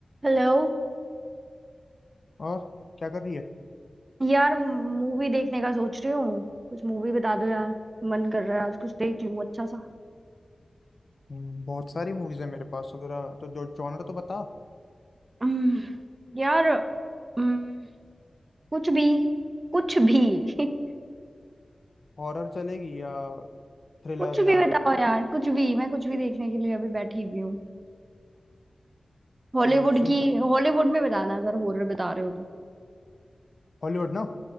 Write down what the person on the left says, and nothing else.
और क्या कर रही है
हम्म, बहुत सारी मूवीज है मेरे पास वगैरह तो जो जॉनर तो बता
हॉरर चलेगी या थ्रिलर
या
तो सुन
फिर
हॉलीवुड ना